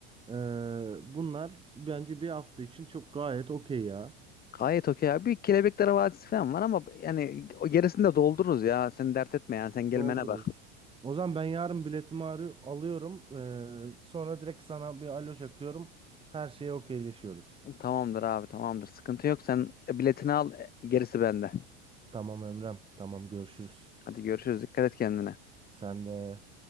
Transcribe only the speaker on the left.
Gayet okey abi. Bir Kelebekler Vadisi falan var ama yani o gerisini de doldururuz ya. Sen dert etme yani. Sen gelmene
bak.
Tamamdır abi tamamdır. Sıkıntı yok. Sen biletini al. E, Gerisi bende.
Hadi görüşürüz. Dikkat et kendine.